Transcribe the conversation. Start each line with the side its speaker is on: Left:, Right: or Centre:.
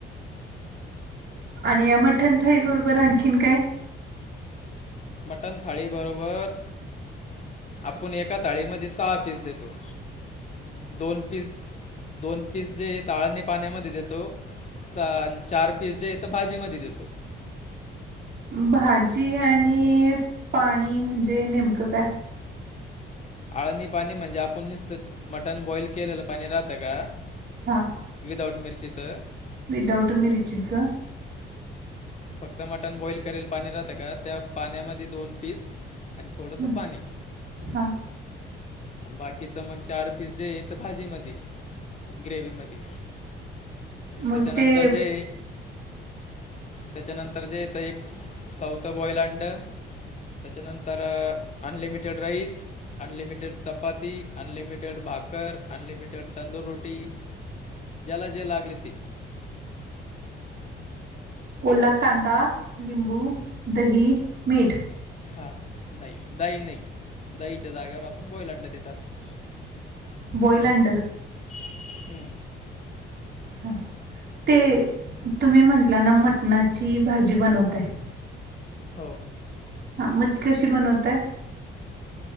Right: आणि या मठण थाळी बरोबर आणखीन काय?
Left: मटण थाळीबरोबर आपूण एका थाळीमध्ये सहा पीस देतो दोन पीस दोन पीस जे येता आळनी पाण्यामध्ये देतो. सा आणि चार पीस जे येत भाजी मध्ये देतो.
Right: भाजी आणि पाणी म्हणजे नेमकं काय?
Left: आळणी पाणी म्हणजे आपण निसत मटण बॉईल केलेलं पाणी राहतं का
Right: हां
Left: विदाआउट मिरचीचं
Right: विदाउट मिरचिच
Left: फक्त मटण बॉईल करेल पाणी राहतं का त्या पाण्यामध्ये दोन पीस आणि थोडंसं
Right: हं,
Left: पाणी
Right: हां
Left: अनं बाकीच मग चार पीस येत भाजी मधी ग्रेवी मधी
Right: मग
Left: त्याच्यानंतर
Right: ते
Left: जे त्याच्यानंतर जे येतं एक सौथ बॉईल अंड त्याच्यानंतर unlimited rice. Unlimited chapati, unlimited भाकर, अनलिमिटेड तंदूररोटी. ज्याला जे लागेल ते.
Right: ओला कांदा, लिंबू, दही, मीठ.
Left: हा नाही दई नाही. दहीच्या जागेवर आपण बोईल अंड देत असतो.
Right: Boys and.
Left: हम्म
Right: हां ते तुम्ही म्हटला ना मटणाची भाजी बनवताय.
Left: हो
Right: हा मग कशी बनवताय.